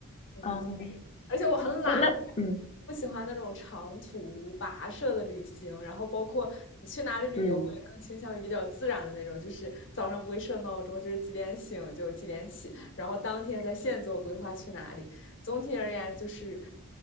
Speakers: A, on the left; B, on the left.
A: 嗯，
B: 哦，
A: 而且我很懒，
B: 那那嗯
A: 不喜欢那种长途跋涉的旅行，然后包括你去哪里旅游，
B: 嗯
A: 我也更倾向于比较自然的那种，就是早上不会设闹钟，就是几点醒就几点起，然后当天在现做规划去哪里。总体而言，就是